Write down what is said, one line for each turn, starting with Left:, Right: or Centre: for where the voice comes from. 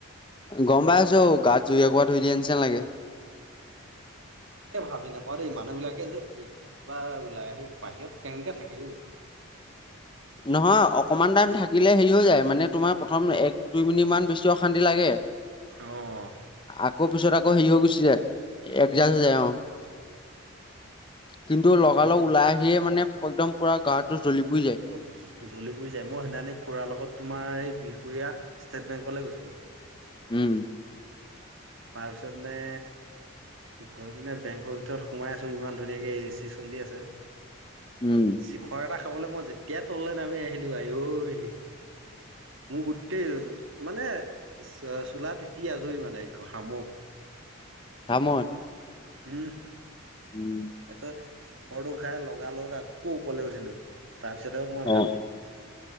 Left: গম পাইছো গাত জুই একোৰা ধৰি দিয়া নিছিনা লাগে।
Right: তাকে ভাবি নাপওঁ দেই মানুহ বিলাকে যে এচি, কিবা ওলাই আহি বাহিৰত কেনেকে থাকে অও,
Left: নহয় অকমান টাইম থাকিলে হেৰি হৈ যায় মানে তোমাৰ প্ৰথম এক দুই মিনিট মান বেছি। অশান্তি লাগে।
Right: অঁ
Left: আকৌ পিছত আকৌ হেৰি হৈ গোছি যায় একজাম হৈ যায় অ, কিন্তু লগালগ
Right: মদ
Left: ওলাই আহিয়ে মানে একদম পুৰা গাটো জ্বলি পুৰি যায়।
Right: অ' জলি-পুৰি যায়। মই সেইদিনাখনি খুৰা লগত তোমাৰ এই বিহপুৰীয়া ষ্টেট বেংকলে গৈছিলোঁ।
Left: উম।
Right: তাৰপিছত মানে গৈ পিনে বেংকৰ ভিতৰত সোমাই আছো, ইমান ধুনীয়াকে এ-চি চলি আছে।
Left: উম,
Right: চিখৰ এটা খাবলে মই যেতিয়াই তললে নামি আহিলো আই ঐ, মোৰ গোটেই মানে চ চোলা তিতি আজৰি মানে। <unintelligible>
Left: খাম অই
Right: উম।
Left: উম।
Right: তাৰপিছত শিখৰটো খাই লগালগ আকৌ ওপৰলে উঠিলো, তাৰপিছতহে অকমান
Left: অ
Right: শান্তি।